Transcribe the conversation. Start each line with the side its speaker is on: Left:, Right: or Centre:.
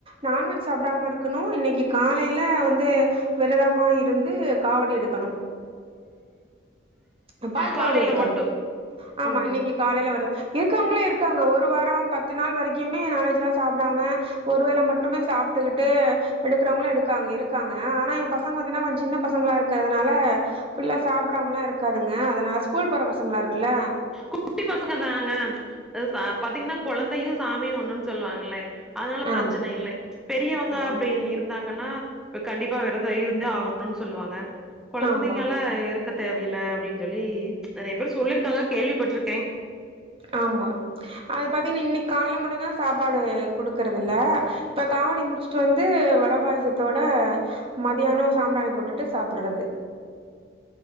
Right: நான்வெஜ் சாப்டாம இருக்கணு இன்னைக்கு காலைல வந்து விரதமா இருந்து காவடி எடுக்கணு இந்த பால்
Centre: காலையில
Right: காவடி எடுக்கணு
Centre: மட்டு
Right: ஆமா
Centre: ம்
Right: இன்னைக்கு காலைல வர இருக்கவ்ங்களு இருக்காங்க ஒரு வார பத்து நாள் வரைக்குமே நான்வெஜ் எல்லா சாப்டாம ஒரு வேள மட்டுமே சாப்ட்டுக்கிட்டு எடுக்றவ்ங்களு எடுக்காங்க இருக்காங்க ஆனா எ பசங்க பாத்தீங்னா கொஞ்ச சின்ன பசங்கள இருக்கறதனால ஃபுல்லா சாப்டாமலா இருக் காதுங்க அதனால ஸ்கூல் போற பசங்களா இருக்குல்ல
Centre: குட்டி பசங்க தானங்க அ ச பாத்தீங்னா கொழந்தையு சாமியு ஒன்னுன் சொல்லுவாங்களே அதனால பிரச்சனை
Right: ஆமா
Centre: இல்லை பெரியவங்க
Right: ஆ
Centre: அப்டின் இருக் நாங்கன்னா இப்ப கண்டிப்பா வெரதோ இருந்தே ஆகணுன் சொல்லுவாங்க கொழந்தைங்களா
Right: ஆமா
Centre: இரு க்க தேவயில்ல அப்டின் சொல்லி நறைய பேர் சொல்லிருக்காங்க கேள்விப்பட்ருக்கேன்
Right: ஆமா அது பாத்தீங்கன்னா இன்னைக் கால்ல மட்டுந்தா சாப்பாடு குடுக்குறதுல்ல இப்ப காவடி முடிச்சுட்டு வந்து வட பாயசத்தோட மதியானோ சாம்பிராணி போட்டுட்டு சாப்புறது